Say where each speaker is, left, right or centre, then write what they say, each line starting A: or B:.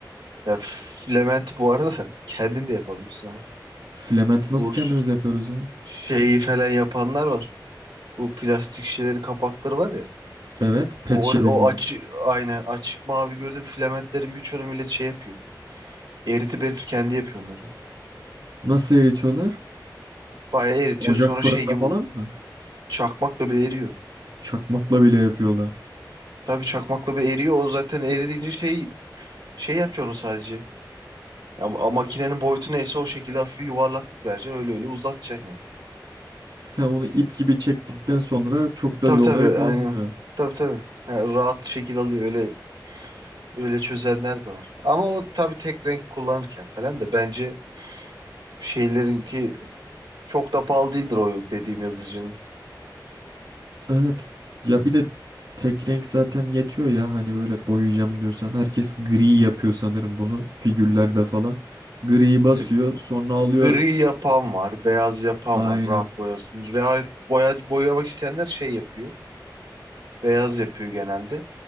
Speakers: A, on the right; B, on the right.
A: Ya filamenti bu arada <laughs> kendin de yapabilirsin ha.
B: Flamant nasıl
A: Bu
B: kendimiz
A: ş-
B: yapıyoruz ya?
A: şeyi falan yapanlar var. Bu plastik şişelerin kapakları var ya.
B: Evet, pet
A: O,
B: şişe
A: or-
B: bildiğimiz.
A: o açık aynen açık mavi gördüğüm filamentlerin birçoğunu millet şey yapıyor. Eritip eritip kendi yapıyor onları.
B: Nasıl eritiyorlar?
A: Bayağı eritiyor
B: Ocak
A: sonra
B: fırında
A: şey gibi
B: falan mı?
A: çakmakla bile eriyor.
B: Çakmakla bile yapıyorlar.
A: Tabii çakmakla bile eriyor. O zaten eridiğince şey şey yapıyor onu sadece. Ya, ma- makinenin boyutu neyse o şekilde hafif bir yuvarlaklık vereceksin. Öyle öyle uzatacaksın yani.
B: He onu ip gibi çektikten
A: Hı.
B: sonra çok da
A: Tabii
B: bir olaya
A: tabii
B: kalmıyor.
A: aynen. Tabii tabii. Yani rahat şekil alıyor. Öyle öyle çözenler de var. Ama o tabii tek renk kullanırken falan da bence şeylerinki çok da pahalı değildir o dediğim yazıcının.
B: Evet. Ya bir de tek renk zaten yetiyor ya hani böyle boyayacağım diyorsan. Herkes gri yapıyor sanırım bunu figürlerde falan. Griyi basıyor
A: E,
B: sonra alıyor.
A: Gri yapan var, beyaz yapan
B: Aynen.
A: var, rahat boyasın. Rahat boya, boyamak isteyenler şey yapıyor. Beyaz yapıyor genelde.